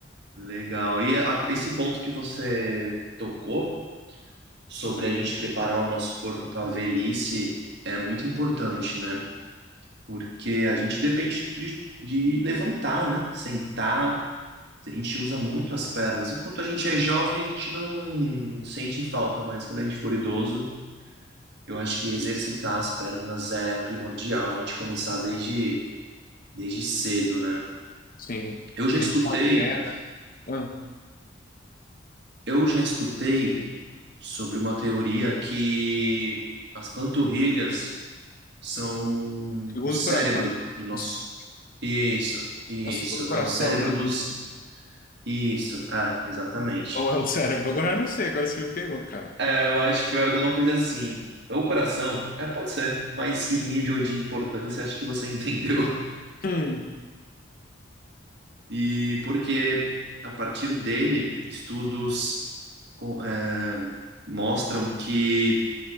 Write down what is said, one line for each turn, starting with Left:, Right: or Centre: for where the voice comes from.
Right: Legal. E a- esse ponto que você tocou sobre a gente preparar o nosso corpo para a velhice é muito importante, né? porque a gente depende de, de levantar, né? Sentar. A gente usa muito as pernas. Enquanto a gente é jovem, a gente não sente falta, mas quando a gente for idoso, eu acho que exercitar as pernas é primordial, a gente começar desde, desde cedo, né?
Left: Sim.
Right: Eu já
Left: Evitar
Right: escutei,
Left: queda. Ah,
Right: eu já escutei sobre uma teoria que as panturrilhas são
Left: segundo
Right: o cérebro
Left: o coração.
Right: do nosso.
Left: Os-
Right: Isso, isso.
Left: A segundo o coração,
Right: É o cérebro
Left: né?
Right: dos, Isso, ah, exatamente.
Left: Ou é o cérebro? Agora eu não sei, agora você me pegou, cara.
Right: É, eu acho que foi alguma coisa assim. Ou coração, é, pode ser, mas em nível de importância, acho que você <laughs> entendeu.
Left: Hum,
Right: E porque a partir dele, estudos com- é, mostram que